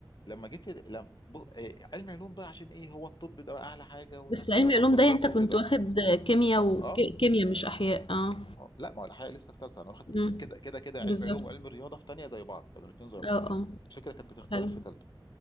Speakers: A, on the left (about 55°); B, on the left (about 85°).
A: لما جيت لد- لم... ب... آه، علم علوم بقى عشان ايه هو الطب ده بقى اعلى حاجه والناس
B: بس
A: كلها
B: علمي
A: بتدخل
B: علوم ده
A: طب
B: يعني انت
A: وكده
B: كنت واخد كيمياء وكيمياء
A: اه
B: مش احياء اه
A: آه. لا ما هو الحقيقه لسه في ثالثه انا واخد
B: امم
A: كده كده كده
B: بالظبط
A: علم علوم وعلم رياضه في ثانيه زي بعض كانوا الاثنين زي بعض
B: اه اه
A: الفكره كانت بتختلف
B: حلو
A: في ثالثه